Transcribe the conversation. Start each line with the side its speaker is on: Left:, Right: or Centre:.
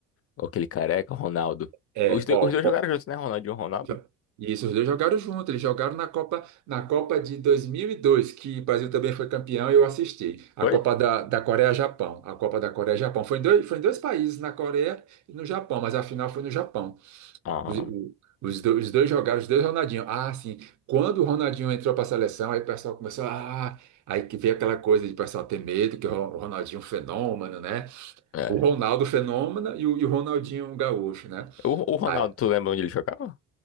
Left: o, aquele careca, o Ronaldo?
Right: É,
Left: Os, do-
Right: ó,
Left: os dois jogaram
Right: ó.
Left: juntos, né? Ronaldinho e Ronaldo?
Right: já- Isso, os dois jogaram junto. Eles jogaram na Copa, na Copa de 2002, que o Brasil também foi campeão e eu assisti. A
Left: Foi?
Right: Copa da, da Coreia-Japão. A Copa da Coreia-Japão. Foi em dois, foi em dois países, na Coreia e no Japão, mas a final foi no Japão.
Left: Ah,
Right: Os, o- os do- os dois jogaram, os dois Ronaldinho. Ah, sim. Quando o Ronaldinho entrou para a seleção, aí o pessoal começou. Ah, aí que veio aquela coisa de o pessoal ter medo, que o Ron- o Ronaldinho é um fenômeno, né?
Left: é.
Right: O Ronaldo fenômeno e o, e o Ronaldinho um gaúcho, né?
Left: O, o Ronaldo,
Right: Aí,
Left: tu lembra onde ele jogava?